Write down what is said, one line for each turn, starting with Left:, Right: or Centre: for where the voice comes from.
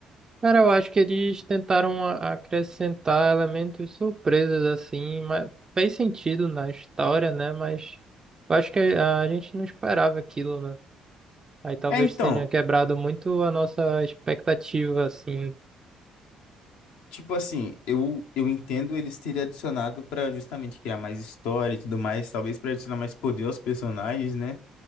Right: Cara, eu acho que eles tentaram a- acrescentar elementos surpresas assim, mas fez sentido na história, né? Mas eu acho que a, a gente não esperava aquilo, né? Aí talvez
Left: É, então,
Right: tenha quebrado muito a nossa expectativa, assim.
Left: Tipo assim, eu, eu entendo eles terem adicionado pra justamente criar mais história e tudo mais, talvez pra adicionar mais poder aos personagens, né?